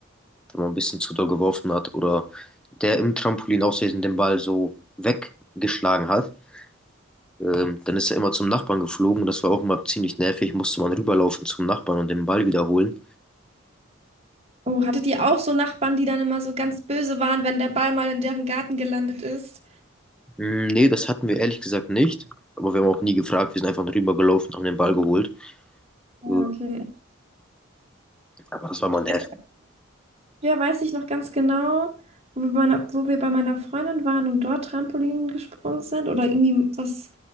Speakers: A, in the centre; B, on the right (about 30°).
A: wenn man ein bisschen zu doll geworfen hat oder der im Trampolin aus Versehen den Ball so weggeschlagen hat. Ähm, dann ist er immer zum Nachbarn geflogen und das war auch immer ziemlich nervig. Musste man rüberlaufen zum Nachbarn und den Ball wiederholen.
B: Oh, hattet ihr auch so Nachbarn, die dann immer so ganz böse waren, wenn der Ball mal in deren Garten gelandet ist?
A: Hm, nee, das hatten wir ehrlich gesagt nicht. Aber wir haben auch nie gefragt. Wir sind einfach rübergelaufen, haben den Ball geholt.
B: Ja,
A: Äh,
B: okay.
A: aber das war mal
B: Ich
A: nervig.
B: weiß, Ja, weiß ich noch ganz genau, wo wir bei meiner, wo wir bei meiner Freundin waren und dort Trampolin gesprungen sind oder irgendwie was